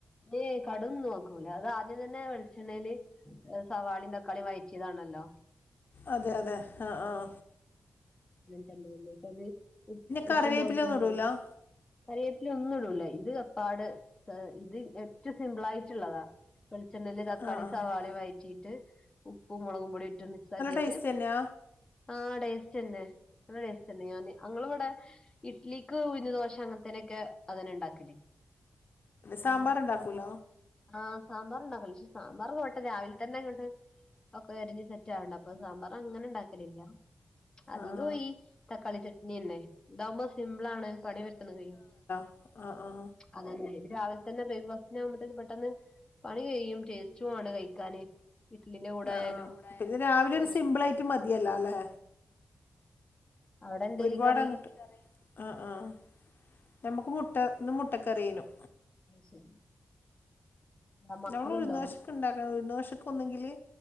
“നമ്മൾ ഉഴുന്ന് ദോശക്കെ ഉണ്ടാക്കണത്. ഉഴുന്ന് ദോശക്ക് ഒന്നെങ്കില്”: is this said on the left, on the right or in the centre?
Left